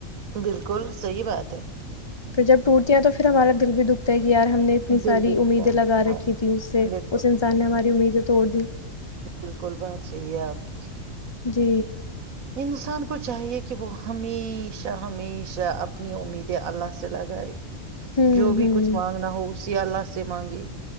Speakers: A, on the right (about 85°); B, on the left (about 25°).
A: بالکل صحی بات ہے
B: پ جب ٹوٹیا تو پھر ہمارا د بھی دکھ کہ یار ہم نے اتنی
A: دل
B: ساری
A: بھی
B: امیدیں
A: دکھتا ہے
B: لگا
A: ہاں
B: رکھی تھی اس سے
A: بالکل
B: اس انسان نے ہماری امید توڑ دی
A: بالکل بات صحیح ہے آپ کی
B: جی
A: انسان کو چاہیے کہ وہ ہمیشہ ہمیشہ اپنی امیدیں اللہ سے لگائے
B: ہوں
A: جو بھی
B: ہوں
A: کچھ مانگنا ہو اسسیی آا سے مانگے